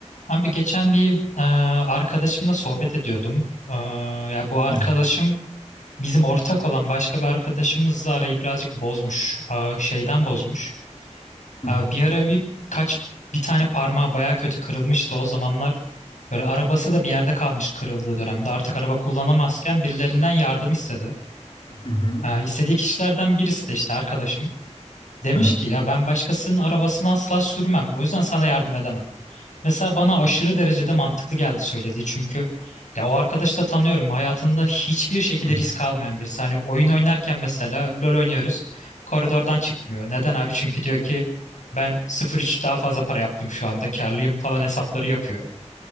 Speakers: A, on the left (about 80°); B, on the left (about 40°).
A: Abi geçen bir e, arkadaşımla sohbet ediyordum. E, ya bu arkadaşım
B: Hı
A: bizim ortak olan başka bir arkadaşımızla arayı birazcık bozmuş. E, şeyden bozmuş.
B: hı
A: E, bir ara bir kaç bir tane parmağı baya kötü kırılmıştı o zamanlar. Böyle arabası da bir yerde kalmış kırıldığı dönemde. Artık araba kullanamazken birilerinden yardım istedi.
B: hı hı.
A: E, istediği kişilerden birisi de işte arkadaşım. Demiş
B: Aha.
A: ki ya ben başkasının arabasını asla sürmem. O yüzden sana yardım edemem. Mesela bana aşırı derecede mantıklı geldi söylediği çünkü ya o arkadaşı da tanıyorum. Hayatında hiçbir şekilde
B: Hı.
A: risk almayan birisi. Hani oyun oynarken mesela LoL oynuyoruz. Koridordan çıkmıyor. Neden abi? Çünkü diyor ki ben sıfır virgül üç daha fazla para yaptım şu anda. Karlıyım falan hesapları yapıyor.